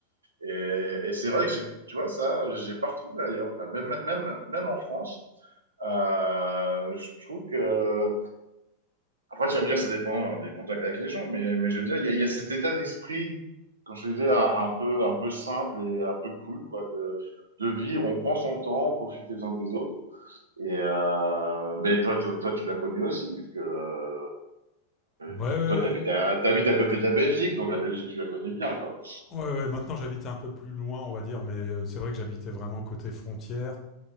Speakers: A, on the right (about 70°); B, on the left (about 30°).
A: et, et c'est vrai que j'ai, tu vois, ça, j'ai pas retrouvé ailleurs, quoi. Même, même, même en France, euh, je trouve que. Après, tu vas me dire, ça dépend hein, des contacts avec les gens, mais, mais je veux dire, il y a, il y a cet état d'esprit, quand je disais, un, un peu, un peu simple et un peu cool, quoi, de, de vivre. On prend son temps, on profite les uns des autres. Et euh, mais toi, tu- toi, tu l'as connu aussi, puisque, euh,
B: Ouais,
A: puisque
B: ouais, ouais.
A: toi, t'habites à, t'habites à côté de la Belgique, donc la Belgique, tu la connais bien, quoi.
B: Ouais, ouais, maintenant j'habite un peu plus loin, on va dire, mais euh, c'est vrai que j'habitais vraiment côté frontière.